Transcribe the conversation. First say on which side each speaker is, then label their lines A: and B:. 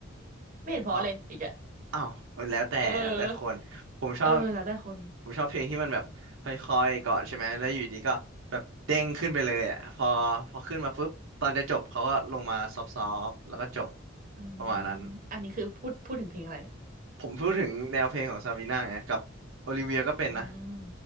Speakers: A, on the right; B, on the right.
A: ไม่เห็นเพราะเลยอีกอะ
B: ชอบ อ้าวมันแล้วแต่แล้วแต่คนผมชอบ
A: เออเออนะแต่คน
B: ผมชอบเพลงที่มันแบบค่อยๆก่อนใช่ไหมแล้วอยู่ดีก็แบบเด้งขึ้นไปเลยอ่ะพอพอขึ้นมาปุ๊บตอนจะจบเขาก็ลงมาซอฟๆแล้วก็จบ
A: อืม
B: ประมาณนั้น
A: อันนี้คือพูดพูดถึงเพลงอะไรเนี่ย
B: ผมพูดถึงแนวเพลงของซาบีน่าไงกับโอลิเวียก็เป็นนะ
A: อืม